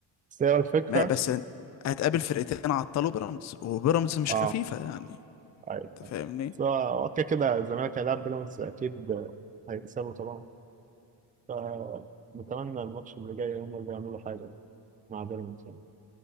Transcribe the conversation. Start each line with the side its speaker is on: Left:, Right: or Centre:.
Right: بس هي الفكرة
Left: ما بس هتقابل فرقتين عطلوا بيراميدز وبيراميدز مش
Right: اه
Left: خفيفة يعني
Right: أيوة.
Left: انت
Right: أيوة.
Left: فاهمني
Right: بس هو هو كده كده الزمالك هيلعب بيراميدز أكيد هيكسبوا طبعا فنتمنى الماتش اللي جاي هم اللي يعملوا حاجة مع بيراميدز يعني.